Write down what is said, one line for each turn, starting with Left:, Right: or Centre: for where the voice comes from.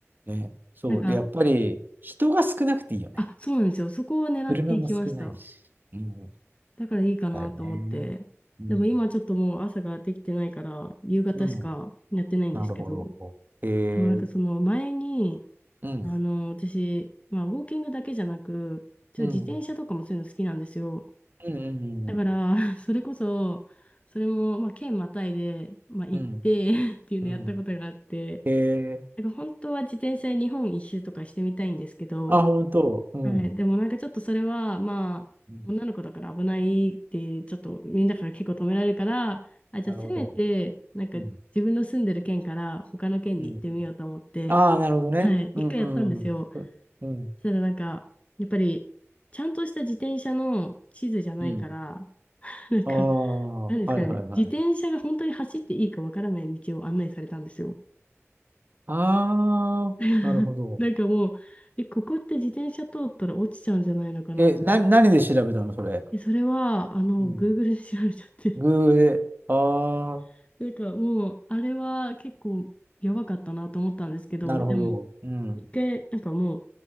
Right: ね、そう。
Left: なんか、
Right: で、やっぱり、人が少なくていいよね。
Left: あ、そうなんですよ。そこを狙っていきました。
Right: 車も少ないし。うん
Left: だからいいかなと思って。
Right: だよね。うん。
Left: でも今ちょっともう朝ができてないから、夕方しかやってないんですけど、
Right: うん。なるほど。えー、
Left: でもなんかその前に、
Right: うん。
Left: あの、私、まあ、ウォーキングだけじゃなく、ちょっと自転車とかもそういうの好きなんですよ。
Right: うん。うん。う
Left: だから、
Right: ん
Left: <laughs> それこそ、それも、まあ、県またいで、まあ、行って
Right: うん。
Left: <laughs> っていうのやったことがあって、
Right: うん。えー、
Left: なんか本当は自転車で日本一周とかしてみたいんですけど、
Right: あ、本当。うん。
Left: はい、でもなんかちょっとそれは、まあ、
Right: うん。
Left: 女の子だから危ないって、ちょっとみんなから結構止められるから、あ、じゃあせめて、
Right: なるほど。
Left: なんか自分の住んでる県から他の県に行ってみようと思って、
Right: うん。うん。ああ、なるほどね。
Left: はい、
Right: うん。
Left: 一回やったんですよ。
Right: うん。そうん。
Left: そしたらなんか、やっぱり、ちゃんとした自転車の地図じゃないから、
Right: うん。
Left: <laughs> なんか、
Right: ああ、
Left: なんですかね、
Right: はいはいはい。
Left: 自転車が本当に走っていいかわからない道を案内されたんですよ。
Right: ああ、
Left: <laughs>
Right: なるほど。
Left: なんかもう、え、ここって自転車通ったら落ちちゃうんじゃないのかなって。
Right: え、な、何で調べたのそれ。
Left: え、それは、あの、
Right: うん。
Left: Google で調べちゃって。
Right: グーで。ああ、
Left: <laughs> なんかもう、あれは結構やばかったなと思ったんですけど、
Right: なるほど。
Left: でも、
Right: うん。
Left: 一回、なんかも